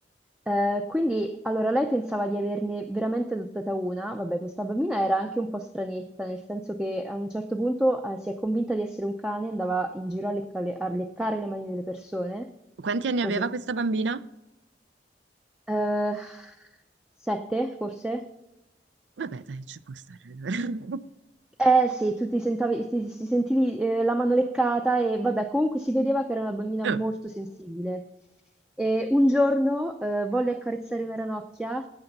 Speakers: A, in the centre; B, on the right (about 85°).
A: Eh, quindi, allora, lei pensava di averne veramente adottata una. Vabbè, questa bambina era anche un po' stranetta, nel senso che a un certo punto eh, si è convinta di essere un cane, andava in giro a leccare, a leccare le mani delle persone,
B: Quanti anni
A: così.
B: aveva questa bambina?
A: Eh, sette, forse?
B: Vabbè, dai, ci può stare allora. <laughs>
A: Eh sì, tu ti sentavi- ti- ti sentivi eh, la mano leccata e vabbè, comunque si vedeva che era una bambina
B: Eh,
A: molto sensibile. E un giorno eh, volle accarezzare una ranocchia